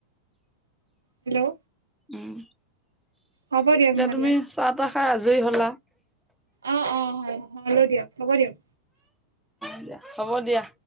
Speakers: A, on the right (about 70°); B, in the centre.
A: হেল্ল'?
B: উম,
A: হ'ব
B: এতিয়া
A: দিয়ক নহ'লে।
B: তুমি চাহ তাহ খাই আজৰি হ'লা?
A: অ অ <unintelligible> দিয়ক হব দিয়ক।
B: দিয়া, হ'ব দিয়া।